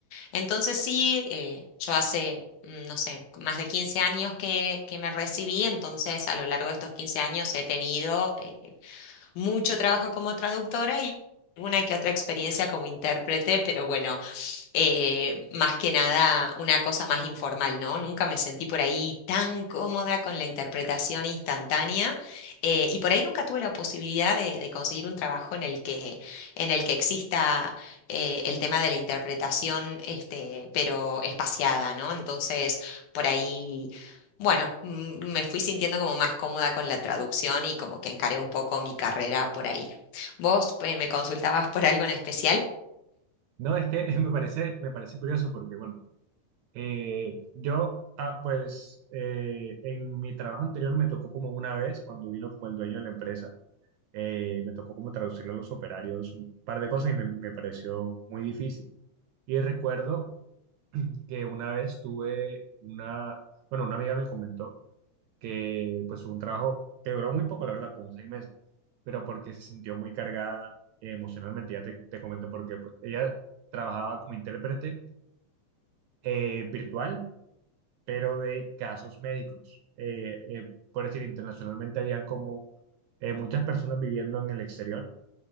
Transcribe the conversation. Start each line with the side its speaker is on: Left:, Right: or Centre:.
Left: Entonces sí, eh, yo hace, mm, no sé, más de 15 años que, que me recibí, entonces a lo largo de estos 15 años he tenido eh, mucho trabajo como traductora y alguna que otra experiencia como intérprete, pero bueno, eh, más que nada una cosa más informal, ¿no? Nunca me sentí por ahí tan cómoda con la interpretación instantánea eh, y por ahí nunca tuve la posibilidad de, de conseguir un trabajo en el que, en el que exista eh, el tema de la interpretación, este, pero espaciada, ¿no? Entonces, por ahí... Bueno, mm, me fui sintiendo como más cómoda con la traducción y como que encaré un poco mi carrera por ahí. ¿Vos, eh, me consultabas por algo en especial?
Right: No, es que <laughs> me parece, me parece curioso porque, bueno, eh, yo, ah, pues, eh, en mi trabajo anterior me tocó como una vez cuando vino como el dueño de la empresa eh, me tocó como traducirle a los operarios un par de cosas y me, me pareció muy difícil. Y recuerdo que una vez tuve una, bueno, una amiga me comentó que pues un trabajo que duró muy poco, la verdad, como seis meses, pero porque se sintió muy cargada eh, emocionalmente. Ya te, te comento por qué. Pues ella trabajaba como intérprete eh, virtual, pero de casos médicos. Eh, eh, por decir, internacionalmente había como eh, muchas personas viviendo en el exterior